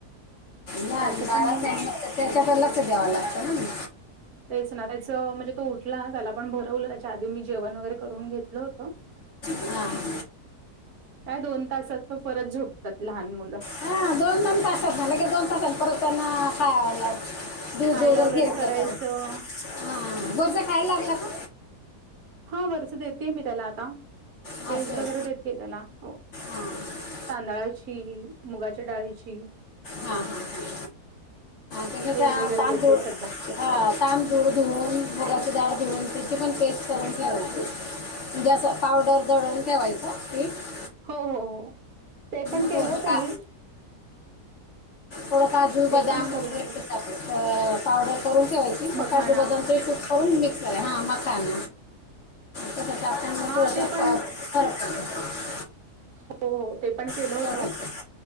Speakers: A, on the left; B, on the right.
A: लहान
B: तर त्याचं
A: बाळं
B: पण
A: चं. त्याच्या तर लक्ष दयावं लागतं ना मंग.
B: तेचं ना त्याचं म्हणजे तो उठला त्याला आपण भरवलं त्याच्या आधी मी जेवण वगैरे करून घेतलं होतं.
A: हां हां
B: काय दोन तासात परत झोपतात लहान मुलं.
A: हा दोन दोन तासात लगेच दोन तासाने परत त्यांना खायला. दूध
B: खायला
A: वगैरे घेतलं
B: करायचं
A: का हा वरचं खायला लागला का.
B: हा वरच देते मी त्याला आता.
A: हां
B: पेज
A: सर
B: वगैरे देते त्याला हो
A: हां.
B: तांदळाची मुगाच्या डाळीची खिचडी.
A: हा हा ह त्यां तर
B: पेज
A: पा
B: वगैरे देते
A: <unintelligible>
B: सध्या
A: ह तांदूळ धुवून मुगाची डाळ धुवून तिची पण पेस्ट करून ठेवाची. जस पावडर दळून ठेवायचं पिठं.
B: हो. हो. हो. ते पण
A: हो
B: केलं होतं
A: का
B: मी
A: थोडं काजू बदम
B: ते पण करून
A: व
B: ठेव
A: पावडर करून ठेवायची
B: मखाणा
A: काजू बदम शूध <unintelligible> करून मिक्. ह मखान त्याच्यात
B: हा
A: थोडंसं
B: ते पण
A: फरक पडतो.
B: हो. हो. ते पण केलं
A: फरक
B: होतं.
A: पडतो.